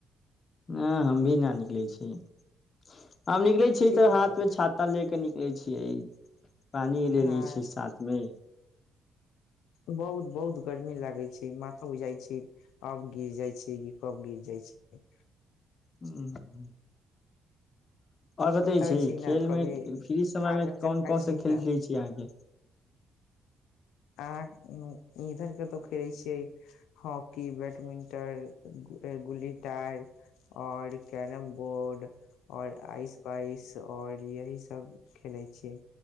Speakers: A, on the left (about 40°); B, on the left (about 85°).
A: ह हम भी न निकलै छियै <unintelligible> आब निकले छियै
B: ठीक
A: तऽ हाथ मे छाता लेके निक के छियै पानि लेले
B: ह
A: छियै साथ मे
B: बहुत बहुत गर्मी लागै छै माथा उ जाइ छै अब गिर जाइ छै कि कब गिर जाइ छै
A: <unintelligible> आओर बतै
B: बताबै
A: छी खेल
B: ने कभी
A: मे फ्री समय
B: खाजा
A: मे
B: उजा
A: कोन
B: खाइ
A: कोनसे
B: छी
A: खेल
B: ने
A: खेलैत छी अहाँके
B: अहाँ इधर कतहु खेलैत छियै हॉकी बैडमिंटन गुल्ली टयार आओर कैरम बोर्ड आओर आइस पाइस आओर यहीसभ खेलैत छियै